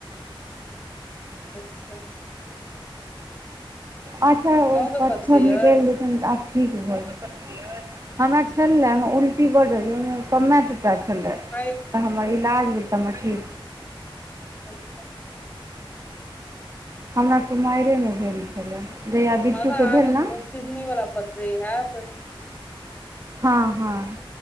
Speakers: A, on the left; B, on the right.
A: अच्छा।
B: अच्छा
A: अहूँके
B: ओ पत्थर
A: पथरी
B: निकल
A: अइ
B: जेतेन त अप। ठीक भऽ गेल हमरा छलय हम उल्टी बड होइयाम कमेअ टटा छलैय।
A: अइक <unintelligible>
B: हमर इलाज म ‌तमतऽ कि
A: <unintelligible>
B: हमरा कुमारयमे भेल छलए जहिया बिट्टूके
A: बाबा अहाँके
B: भेल ने
A: किडनी वाला पथरी हैत
B: हँ हँ